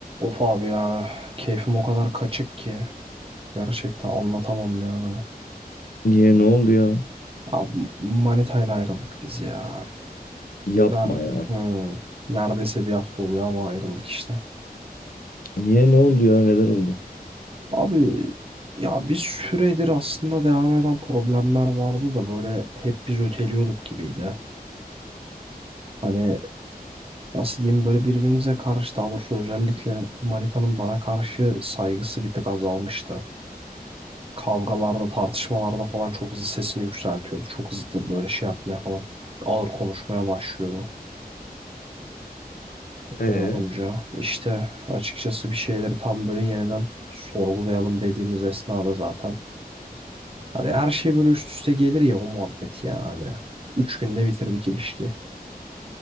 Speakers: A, on the right; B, on the left.
A: Of abi ya keyfim o kadar kaçık ki gerçekten anlatamam ya.
B: Niye ne oldu ya?
A: Abi manitayla ayrıldık biz ya.
B: Yapma
A: Nerede?
B: ya.
A: Hmm, Neredeyse bir hafta oluyor ama ayrıldık işte.
B: Niye ne oldu ya? Neler oldu?
A: Abi ya bir süredir aslında devam eden problemler vardı da böyle hep biz öteliyorduk gibiydi. Hani nasıl diyeyim böyle birbirimize karşı daha doğrusu özellikle manitanın bana karşı saygısı bir tık azalmıştı. Kavgalarda, tartışmalarda falan çok hızlı sesini yükseltiyordu. Çok hızlı böyle şey yapmaya falan. Ağır konuşmaya başlıyordu.
B: Ee,
A: Öyle olunca işte açıkçası bir şeyleri tam böyle yeniden sorgulayalım dediğimiz esnada zaten. Hani her şey böyle üst üste gelir ya o muhabbet yani. Üç günde bitirdik ilişki.